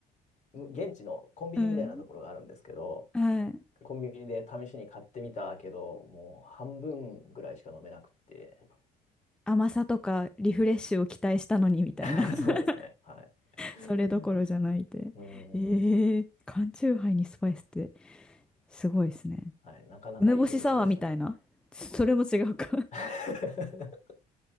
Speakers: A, on the left; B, in the centre.
A: 現地のコンビニみたいなところがあるんですけど、
B: <laughs> うん。はい。
A: コンビニで試しに買ってみたけど、もう半分ぐらいしか飲めなくって。
B: 甘さとかリフレッシュを期待したのにみたいな
A: <laughs>
B: <laughs>
A: そうですね。はい。<laughs>
B: それどころじゃないって。
A: うん。
B: ええ缶チューハイにスパイスってすごいですね。
A: はい。なかなかいい文化でしたね。
B: 梅干しサワーみたいな。それも違うか
A: <laughs>